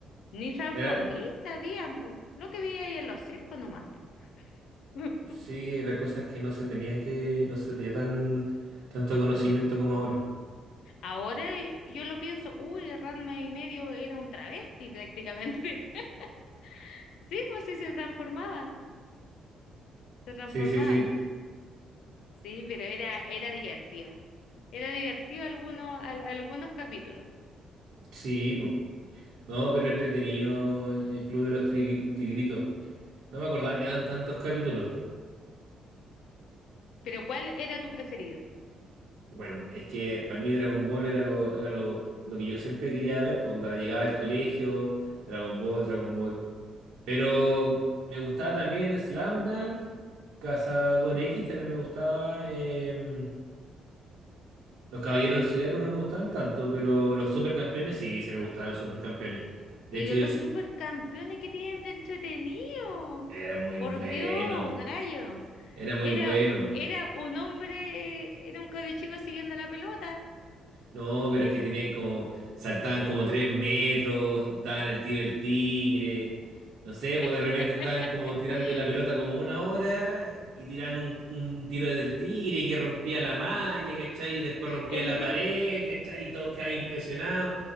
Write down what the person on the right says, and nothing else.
Era,
sí, era cosas que no se tenían que, no se tenía tan, tanto conocimiento como ahora.
Sí, sí, sí.
Sí, po. No, pero entretenido el, el Club de los Tri- Tigritos. No me acordaba que eran tantos capítulos.
Bueno, es que para mí Dragon Ball era lo, era lo, lo que yo siempre quería ver, pues onda, llegaba al colegio, Dragon Ball, Dragon Ball. Pero me gustaba también Slam Dunk, Cazador X también me gustaba. eh, los Caballeros del Zodiaco no me gustaban tanto, pero los Supercampeones sí, se me gustaban los Supercampeones. De
hecho, ellos
era muy
bueno
era muy
bueno.
No, pero es que tenían como, saltaban como tres metros, daban el tiro del tigre, no sé, pues
de repente estaban como tirando la pelota como una hora y tiran un, un tiro del tigre y que rompía la malla, ¿cachai? Y después rompía
la pared, ¿cachai? Y todos quedaban impresionados.